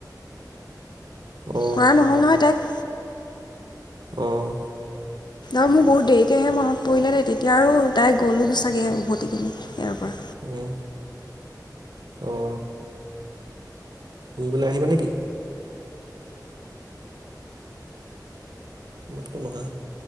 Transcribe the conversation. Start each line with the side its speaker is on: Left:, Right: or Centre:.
Right: অ
Left: কোৱা নহ'ল নহয় তাইক
Right: অঁ
Left: অ মোৰ বহুত দেৰিকে আহে মনত পৰিলে দে তেতিয়া আৰু তাই গ'লো চাগৈ উভতি কিনে ইয়াৰ পৰা
Right: হে অ' এইবেলা আহিবা নেকি মহা হেন পাইছোঁ